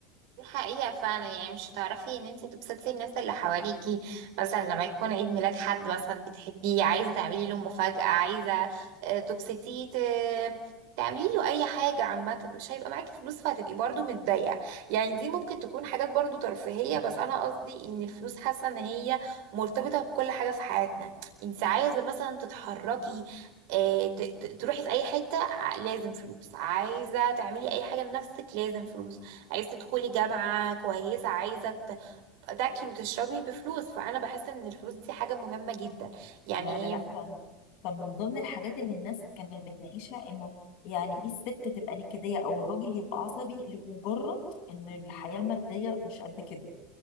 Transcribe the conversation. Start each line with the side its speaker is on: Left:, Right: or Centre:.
Right: دي حقيقة فعلا يعني مش هتعرفي ان انت تبسطي الناس اللي حواليكي مثلا لما يكون عيد ميلاد حد مثلا بتحبيه عايزة تعملي له مفاجأة عايزة آه، تبسطيه ت- تعملي له اي حاجة عامة مش هيبقى معاكي فلوس فهتبقي برضو متضايقة يعني دي ممكن تكون حاجات برضو ترفيهية بس انا قصدي ان الفلوس حاسة ان هي مرتبطة بكل حاجة في حياتنا انت عايزة مثلا تتحركي آه، ت- ت- تروحي في اي حتة ع- لازم فلوس عايزة تعملي اي حاجة لنفسك لازم فلوس عايز تدخلي جامعة كويسة عايزة ت- تاكلي وتشربي بفلوس فأنا بحس إن الفلوس دي حاجة مهمة جدا يعني
Left: لا لا لا
Right: هي
Left: كان كان من ضمن الحاجات اللي الناس كانت بتناقشها انه يعني ايه الست تبقى نكدية او الراجل يبقى عصبي لمجرد ان الحياة المادية مش قد كده